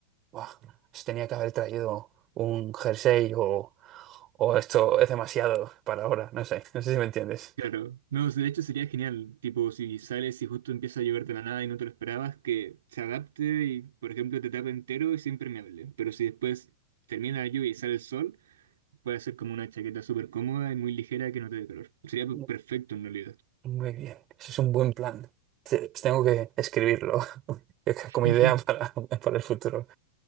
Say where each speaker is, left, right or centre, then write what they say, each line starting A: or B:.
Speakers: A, on the right; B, on the right.
A: Buah, se tenía que haber traído un jersey o, o esto es demasiado para ahora. No sé, no sé si me entiendes.
B: Claro, no, de hecho sería genial, tipo si sales y justo empieza a llover de la nada y no te lo esperabas, que se adapte y por ejemplo te tape entero y sea impermeable, pero si después termina la lluvia y sale el sol, puede ser como una chaqueta súper cómoda y muy ligera que no te dé calor. Sería pe-
A: Mm.
B: perfecto en realidad.
A: Muy bien, ese es un buen plan. Te- Tengo que escribirlo <laughs>
B: <laughs>
A: como idea para, para el futuro.